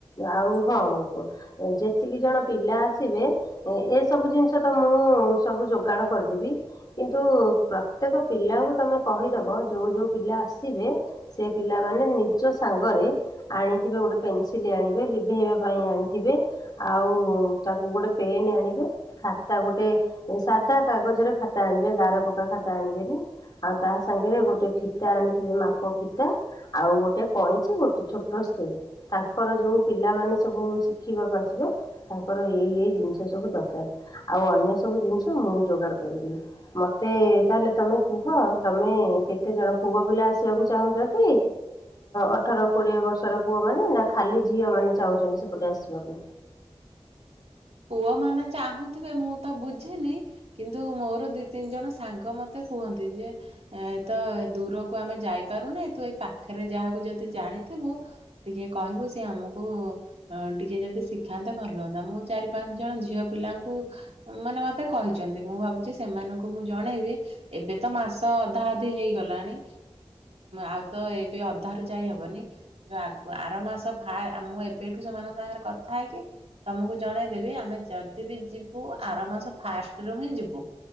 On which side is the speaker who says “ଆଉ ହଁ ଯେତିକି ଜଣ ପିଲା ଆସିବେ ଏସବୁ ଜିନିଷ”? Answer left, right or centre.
Left